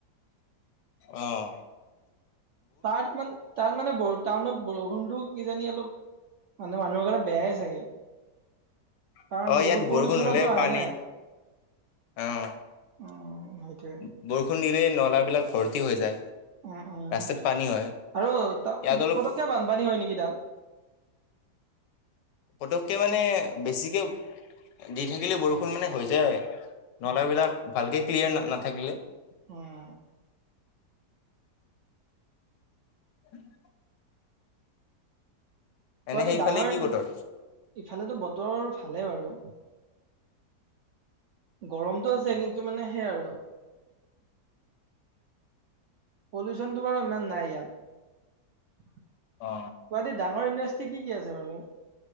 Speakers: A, on the left; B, on the right.
A: অহ।
B: তাত মান তাত মানে ব টাউনত বৰষুণতটো কিজানি অলপ মানে মানুহৰ কাৰণে বেয়াই চাগে।
A: <unintelligible>
B: কাৰণ
A: অহ, ইয়াত
B: বহুত
A: বৰষুণ
B: পলিউচনৰ
A: হ'লেই
B: পৰা আহে
A: পানী,
B: নে
A: অহ।
B: উম সেইটোৱে
A: বৰষুণ দিলেই নলাবিলাক ভৰ্তি হৈ যায়।
B: উম', উম'
A: ৰাস্তাত পানী হয়
B: আৰু তাত
A: ইয়াত অলপ
B: পতককে বানপানী হয় নেকি তাত?
A: পতককে মানে বেছিকে দি থাকিলে বৰষুণ মানে হৈ যায়। নলাবিলাক
B: উম
A: ভালকে ক্লিয়াৰ নাথাকিলে।
B: উম।
A: <unintelligible> এনে
B: গুৱাহাটী
A: সেইফালে
B: ডাঙৰ!
A: কি বতৰ
B: ইফালেতো বতৰ ভালে বাৰু। গৰমটো আছে কিন্তু মানে সেই আৰু। পলিউশনটো বাৰু ইমান নাই ইয়াত।
A: অ
B: গুৱাহাটীত ডাঙৰ ইণ্ডাষ্ট্ৰি কি কি আছে বাৰু